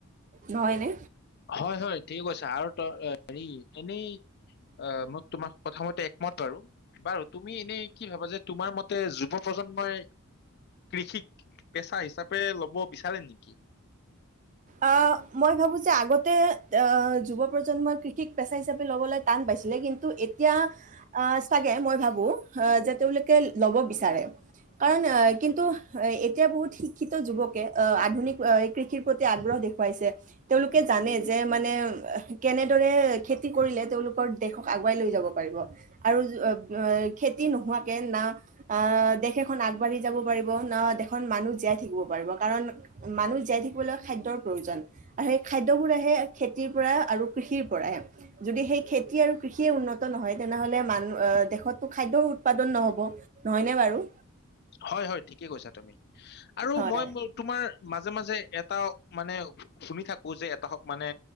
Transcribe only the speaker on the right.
নহয় নে?
অ মই ভাবোঁ যে আগতে অ যুৱ প্ৰজন্মই কৃষিক পেছা হিচাপে ল'বলৈ টান পাইছিলে, কিন্তু এতিয়া আ ছাগে মই ভাবোঁ যে তেওঁলোকে ল'ব বিচাৰে। কাৰণ অ কিন্তু, এতিয়া বহুত শিক্ষিত যুৱকে অ আধুনিক অ কৃষিৰ প্ৰতি আগ্ৰহ দেখুৱাইছে। তেওঁলোকে জানে যে, মানে কেনেদৰে খেতি কৰিলে তেওঁলোকৰ দেশক আগুৱাই লৈ যাব পাৰিব আৰু অ খেতি নোহোৱাকে না আহ দেশ এখন আগবাঢ়ি যাব পাৰিব না দেশত মানুহ জীয়াই থাকিব পাৰিব, কাৰণ মানুহ জীয়াই থাকিবলৈ খাদ্যৰ প্ৰয়োজন আৰু সেই খাদ্যবোৰ আহে খেতিৰ পৰা আৰু কৃষিৰ পৰাহে। যদি সেই খেতি আৰু কৃষিয়ে উন্নত নহয়, তেনেহলে মানু আহ দেশততো খাদ্য উৎপাদন নহ'ব। নহয়নে বাৰু
হয়